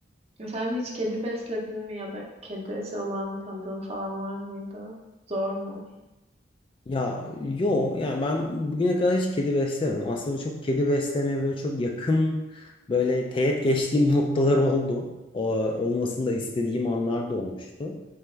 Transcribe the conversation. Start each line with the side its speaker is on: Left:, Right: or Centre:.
Right: Sen hiç kedi besledin mi ya da kedisi olan tanıdığın falan var mıydı? Zor mu?
Left: Ya yo yani ben bugüne kadar hiç kedi beslemedim. Aslında çok kedi beslemeye böyle çok yakın böyle teğet geçtiğim <laughs> noktalar oldu. O, olmasını
Right: Hı hı.
Left: da istediğim anlar da olmuştu.